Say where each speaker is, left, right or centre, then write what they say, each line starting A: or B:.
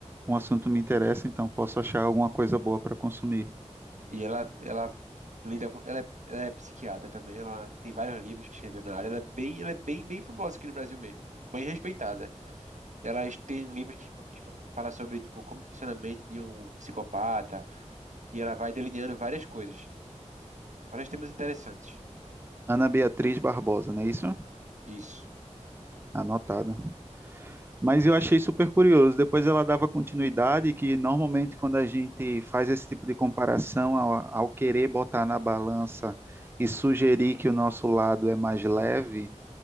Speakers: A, on the right (about 20°); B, on the right (about 85°).
A: um assunto me interessa, então posso achar alguma coisa boa para consumir.
B: E ela, ela lida com, ela é, ela é psiquiatra também, ela tem vários livros que escreveu na área, ela é bem, ela é bem, bem famosa aqui no Brasil mesmo, bem respeitada. Ela es- tem livros que fa- fala sobre, tipo, como funciona a mente de um psicopata, e ela vai delineando várias coisas, vários temas interessantes.
A: Ana Beatriz Barbosa, não é isso?
B: Isso.
A: Anotado. Mas eu achei super curioso. Depois ela dava continuidade, que normalmente quando a gente faz esse tipo de comparação ao, ao querer botar na balança e sugerir que o nosso lado é mais leve,